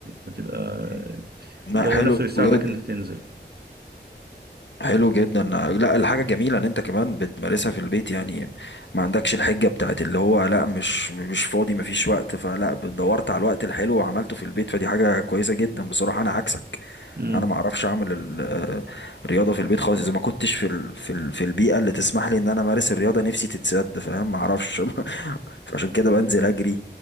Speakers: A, on the right (about 60°); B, on the left (about 80°).
A: وبتبقى
B: مم. لا
A: الجو
B: حلو
A: نفسه يساعدك
B: جدا
A: إن أنت تنزل
B: حلو جدا لا الحاجة جميلة ان انت كمان بتمارسها في البيت يعني ما عندكش الحجة بتاعت اللي هو لا مش مش فاضي مفيش وقت فلا دورت على الوقت الحلو وعملته في البيت فدي حاجة كويسة جدا بصراحة انا عكسك
A: مم.
B: انا ما اعرفش اعمل ال- آه، الرياضة في البيت خالص اذا ما كنتش في ال في ال في البيئة اللي تسمح لي ان انا امارس الرياضة نفسي تتسد فاهم ما اعرفش <laughs> فعشان كده بنزل اجري